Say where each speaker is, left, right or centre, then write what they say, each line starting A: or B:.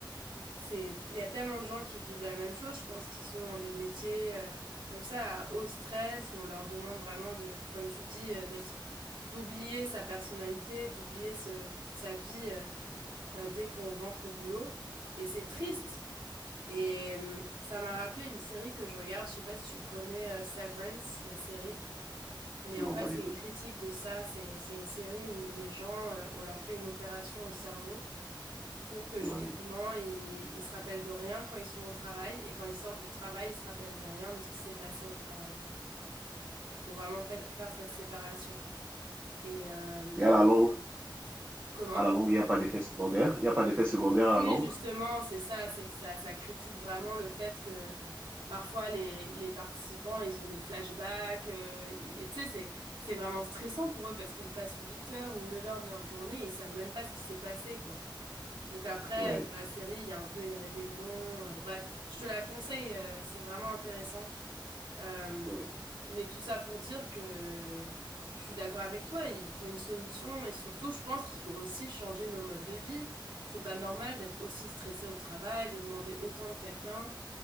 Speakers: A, on the right (about 75°); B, on the right (about 25°).
A: c'est, il y a tellement de gens qui vivent la même chose, je pense, qui sont dans des métiers euh, comme ça, à haut stress, où on leur demande vraiment de, comme tu dis, euh, d'être, d'oublier sa personnalité, d'oublier ce, sa vie euh, euh, dès qu'on rentre au boulot. Et c'est triste. Et hum, ça m'a rappelé une série que je regarde, je sais pas si tu connais euh, Severance, la série, mais
B: Non,
A: en fait
B: pas
A: c'est
B: du tout.
A: une critique de ça, c'est c'est une série où les gens, euh, on leur fait une opération au cerveau pour que justement
B: Oui.
A: ils, ils se rappellent de rien quand ils sont au travail et quand ils sortent du travail, ils se rappellent de rien de ce qui s'est passé au travail, pour vraiment fait- faire cette séparation. Et euh,
B: Et à la longue,
A: comment?
B: à la longue, il n'y a pas d'effet secondaire. Il n'y a pas d'effet secondaire à
A: Si
B: la longue.
A: justement c'est ça, c'est que ça, ça critique vraiment le fait que Parfois, les, les participants, ils ont des flashbacks. euh, et tu sais, c'est, c'est vraiment stressant pour eux parce qu'ils passent 8 heures ou 9 heures de leur journée et ils savent même pas ce qui s'est passé, quoi. Donc après,
B: Oui.
A: euh, dans la série, il y a un peu une rébellion. euh, bref, je te la conseille, euh, c'est vraiment intéressant. Euh,
B: Oui.
A: mais tout ça pour dire que je suis d'accord avec toi, il faut une solution et surtout, je pense qu'il faut aussi changer nos modes de vie. C'est pas normal d'être aussi stressé au travail, de demander autant de quelqu'un.